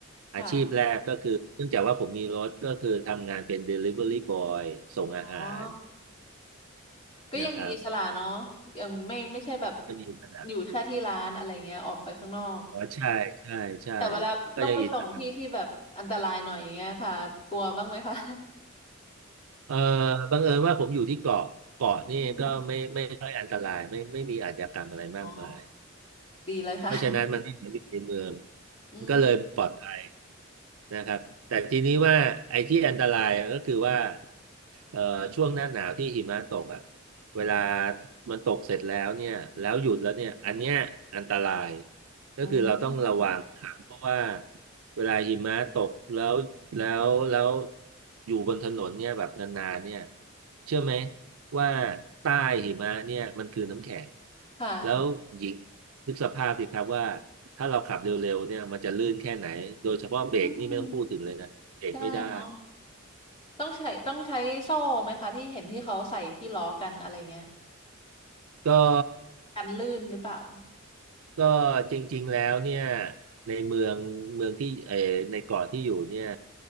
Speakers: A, on the right; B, on the left.
A: อาชีพแรกก็คือเนื่องจากว่าผมมีรถก็คือทำงานเป็น
B: ค่ะ
A: Delivery Boy ส่งอาหาร
B: อ๋อ ก็ยังมีอิสระเนาะ
A: นะครับ
B: ยังไม่ไม่ใช่แบบ
A: ก็มีปัญหา
B: อยู่แค่ที่ร้านอะไรเงี้ย ออกไปข้างนอก
A: อ๋อใช่ใช่ใช่
B: แต่เวลาต้องไปส่งที่ที่แบบอันตรายหน่อยอย่างเงี้ยค่ะกลัวบ้างไหมคะ
A: ก็ยังอิส เอ่อบังเอิญว่าผมอยู่ที่เกาะเกาะนี่ก็ไม่ไม่ค่อยอันตรายไม่ไม่มีอาชญากรรมอะไรมากมาย
B: อืมอ๋อดีเลยค่ะ
A: เพราะฉะนั้นมันไม่เหมือนในเมือง
B: อืม
A: มันก็เลยปลอดภัยนะครับแต่ทีนี้ว่าไอ้ที่อันตรายก็คือว่าเอ่อช่วงหน้าหนาวที่หิมะตกอ่ะเวลามันตกเสร็จแล้วเนี่ยแล้วหยุดแล้วเนี่ยอันเนี้ยอันตราย ก็คือเราต้องระวังครับเพราะว่า
B: อืม
A: เวลาหิมะตกแล้วแล้วแล้วอยู่บนถนนเนี่ยแบบนานๆเนี่ยเชื่อไหมว่าใต้หิมะเนี่ยมันคือน้ำแข็ง
B: ค่ะ
A: แล้วหญิงนึกสภาพสิครับว่าถ้าเราขับเร็วๆเนี่ยมันจะลื่นแค่ไหนโดยเฉพาะเบรกนี่ไม่ต้องพูดถึงเลยนะเบรกไม่ได้
B: อืมใช่เนาะต้องใช้ต้องใช้โซ่ไหมคะที่เห็นที่เขาใส่ที่ล้อกันอะไรเงี้ย
A: ก็
B: กันลื่นหรือเปล่า
A: ก็จริงๆแล้วเนี่ยในเมืองเมืองที่เออในเกาะที่อยู่เนี่ย